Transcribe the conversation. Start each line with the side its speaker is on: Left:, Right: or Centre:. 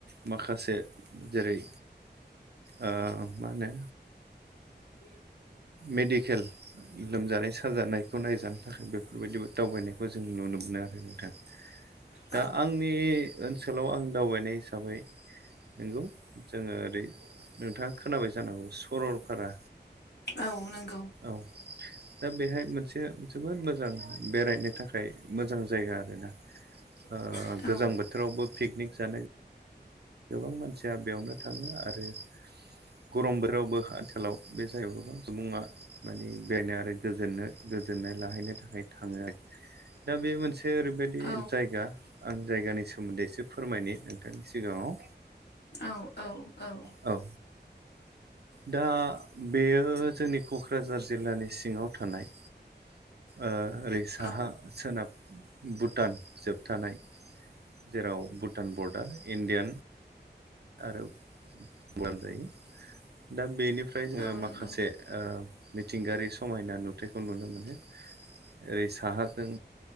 Right: माखासे जेरै ओ मा होनो?
Left: <inaudible>
Right: मेडिकेल लोमजानाय सा जानायखौ नायजानो थाखाय बेफोरबायदिबो दावबायनायखौ जों नुनो मोनो आरो नोंथां।
Left: औ
Right: दा आंनि ओनसोलाव आं दावबायनाय हिसाबै नोंगौ जोङो ओरै नोंथाङा खोनाबाय जानांगौ सरलपारा
Left: औ नंगौ।
Right: औ दा बेहाय मोनसे जोबोद मोजां बेरायनो थाखाय मोजां जायगा आरोना।
Left: <inaudible>
Right: ओ
Left: औ
Right: गोजां बोथोरावबो पिकनिक जानाय। गोबां मानसिया बेयावनो थाङो आरो गरम बोरावबो आथिलाव बे जायगायाव गोबां सुबुङा माने बेरायनो आरो गोजोननो गोजोननाय लाहैनो थाखाय थाङो आरो। दा बे मोनसे ओरैबायदि
Left: औ
Right: जायगा आं जायगानि सोमोन्दै एसे फोरमायनि नोंथांनि सिगाङाव।
Left: औ औ औ
Right: औ दा बेयो जोंनि क'क्राझार जिल्लानि सिङाव थानाय ओ ओरै साहा
Left: औ
Right: सोनाब भुटान जोबथानाय जेराव भुटान बर्डार इण्डियान आरो <unintelligible> जायो दा बेनिफ्राय जोङो
Left: औ
Right: माखासे
Left: नंगौ
Right: ओ मिथिंगायारि समायना नुथायखौ नुनो मोनो। ओरै साहाजों